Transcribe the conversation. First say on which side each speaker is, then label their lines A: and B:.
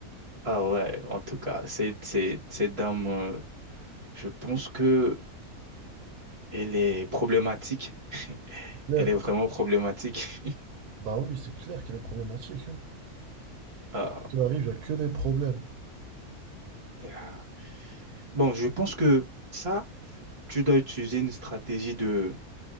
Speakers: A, on the right; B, on the right.
A: ah ouais, en tout cas, Cette, cette, cette dame. euh, Je pense que elle est problématique.
B: Claire.
A: Elle est vraiment problématique. <laughs>
B: Bah oui, c'est clair qu'elle est problématique. Hein.
A: Ah,
B: Qu'il arrive, il n'y a que des problèmes.
A: elle a- Bon, je pense que ça, tu dois utiliser une stratégie de,